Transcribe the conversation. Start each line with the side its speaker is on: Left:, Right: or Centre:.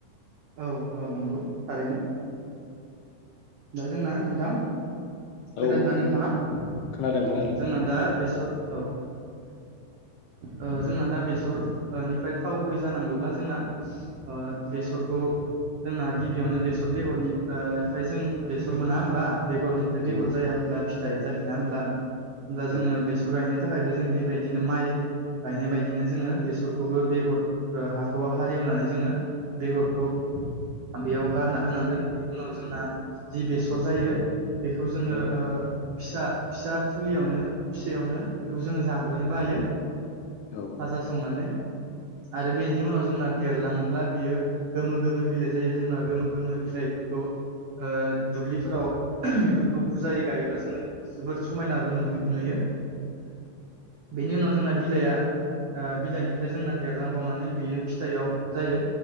Right: औ औ नंगौ थारैनो। दा जोंना नोंथां खोनादोंना
Left: औ
Right: नोंथाङा?
Left: खोनादों
Right: औ
Left: खोनादों
Right: जोंना दा बेसर औ ओ जोंना दा बेसर निफ्राय थाव गुबै जानांगौब्ला जोंना ओ बेसरखौ जोंना गिबियावनो बेसर बेगर आ निफाय जों बेसर मोना होमबा? बेगरनिफ्राय बेगर
Left: औ
Right: जाया होमब्ला फिथ थाय जाफिना होमब्ला? दा जोङो
Left: औ
Right: बेसर गायनो थाखायबो जों बेबायदिनो माइ गायनाय बायदिनो जोङो बेसरखौबो बेगर ओ हाखौआव हालेवनानै जोङो बेगरखौ बेयाव गारना होनांगोन बेनि उनाव जोंना जि बेसर जायो बेखौ जोङो
Left: औ
Right: ओ फिसा फिसा फुलियावनो फिसायावनो बेखौ जोङो जाग्रोनोबो हायो
Left: औ
Right: भाजा संनानै। आरो बेनि उनाव जोंना देरलाङोब्ला बियो गोमो गोमो बिलाइ जायो जोंना गोमो गोमो बिलाइफोरखौ ओ दुब्लिफोराव बेफोरखौ बुरजायै गायोब्ला जोङो जोबोर समायनाबो नु-नुयो। बेनि उनाव जोंना बिलाइया ओ बिलाइनिफ्राय जोंना देरलांबावनानै बियो फिथाइयाव जायो